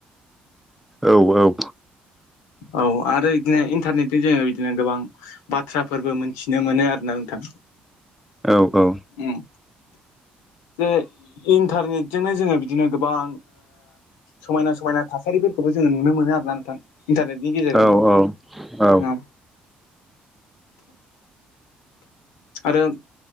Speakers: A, in the centre; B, on the left.
A: औ औ
B: औ आरो बिदिनो इन्टारनेटजों जोङो बिदिनो गोबां बाथ्राफोरबो मोन मिनो <unintelligible> मोनो आरो ना नोंथां
A: औ औ
B: उम जे इन्टारनेटजोंनो जोङो बिदिनो गोबां समायना समायना थासारिफोरखौबो जोङो नुनो मोनो आरोना नोंथां इन्टारनेटनि गेजेरजोंनो
A: औ औ औ
B: आरो